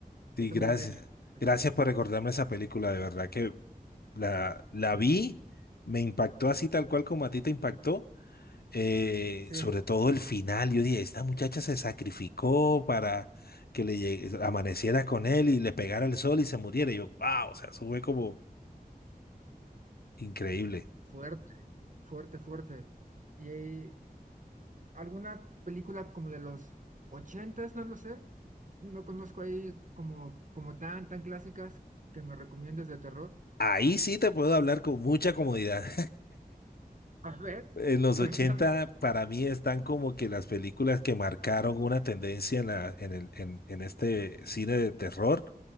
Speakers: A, on the left (about 80°); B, on the right (about 55°).
A: Sí,
B: está
A: gracias.
B: muy bien hecho. Eso
A: Gracias
B: es-
A: por recordarme esa película, de verdad que la, la vi, me impactó así tal cual como a ti te impactó. eh,
B: sí,
A: sobre todo el final, yo dije, esta muchacha se sacrificó para que le llegue- amaneciera con él y le pegara el sol y se muriera. Y yo, wow, o sea, eso fue como increíble.
B: fuerte, fuerte, fuerte. Y alguna película como de los ochentas, no lo sé, no conozco ahí como, como tan, tan clásicas que me recomiendes de terror.
A: Ahí sí te puedo hablar con mucha comodidad. <laughs>
B: A ver, <laughs>
A: En los
B: cuéntame.
A: 80 para mí están como que las películas que marcaron una tendencia en, la, en, el, en, en este cine de terror.